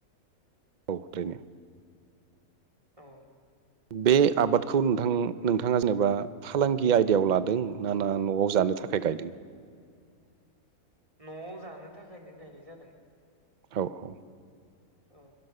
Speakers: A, on the right; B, on the right.
A: औ ओरैनो।
B: औ।
A: बे आबादखौ नोंथां नोंथाङा जेनेबा फालांगि आयदायाव लादों ना ना न'आव जानो थाखाय गायदों।
B: न'आव जानो थाखायनो गायनाय जादों।
A: औ औ।
B: औ